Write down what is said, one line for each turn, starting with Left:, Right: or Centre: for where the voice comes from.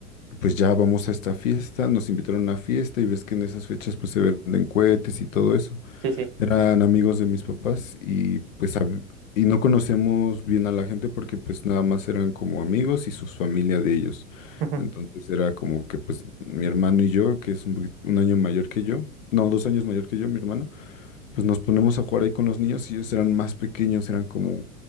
Left: pues ya vamos a esta fiesta, nos invitaron a una fiesta y ves que en esas fechas pues se venden cohetes y todo eso.
Right: sí, sí,
Left: Eran amigos de mis papás y pues hab- y no conocemos bien a la gente porque pues nada más eran como amigos y sus familias de ellos.
Right: ujú,
Left: Entonces era como que pues mi hermano y yo, que es un, poquit- un año mayor que yo, no, dos años mayor que yo, mi hermano, pues nos ponemos a jugar ahí con los niños y ellos eran más pequeños, eran como